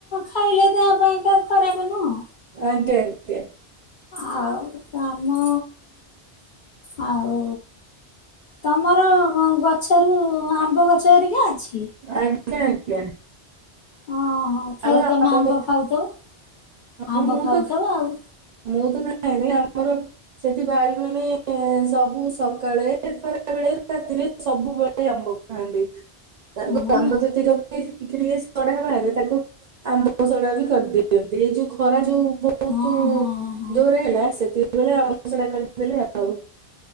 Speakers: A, on the left; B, on the right.
A: ଖାଇଲେ ଦେହ ପାଇଁକା ଖରାପ ନୁହଁ?
B: ଆଜ୍ଞା ଆଜ୍ଞା।
A: ଆଉ କାମ ଆ ଆଉ ତମର ଗଛରୁ ଆମ୍ବ ଗଛ ହେରିକା ଅଛି?
B: ଆଜ୍ଞା ଆଜ୍ଞା।
A: ହଁ ହଁ ଖାଉ
B: ଆମର
A: ତମେ ଆମ୍ବ
B: ଗଛ
A: ଖାଉଥବ
B: ହଁ,
A: ଆମ୍ବ
B: ମୁଁ
A: ଖାଉଥବ
B: ତ
A: ଆଉ।
B: ମୁଁ ତ ଖାଏନି ଆମର ସେଠି ଭାଇ ମାନେ ସବୁ ସକାଳେ ଖରାବେ ବେଳେ ରାତିରେ ସବୁବେଳେ ଆମ୍ବ ଖାଆନ୍ତି, ତାରପ
A: ହଁ
B: ଆମ୍ବ ଯେତିକ ବି ଟିକେ ଟିକେ ସଢା ବାହାରେ ତାକୁ ଆମ୍ବ ସଢା ବି କରିଦିଅନ୍ତି, ଏଇ ଯୋଉ ଖରା ଯୋଉ ବହୁତୁ
A: ହଁ ହଁ ହଁ।
B: ଜୋରେ ହେଲା। ସେତିକି ବେଳେ ଆମ୍ବସଢା କରିଦେଲି ଆଉ।